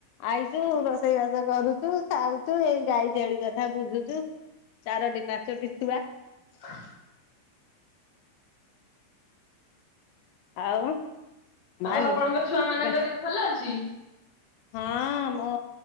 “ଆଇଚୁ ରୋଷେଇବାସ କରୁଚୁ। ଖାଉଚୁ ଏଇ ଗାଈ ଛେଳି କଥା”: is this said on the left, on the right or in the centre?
Left